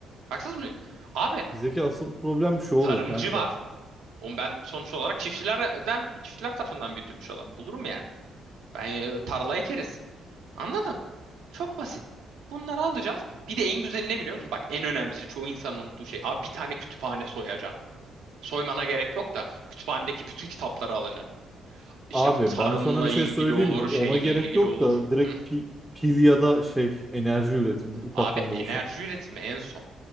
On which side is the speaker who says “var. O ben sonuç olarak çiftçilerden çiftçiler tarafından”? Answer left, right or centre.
Right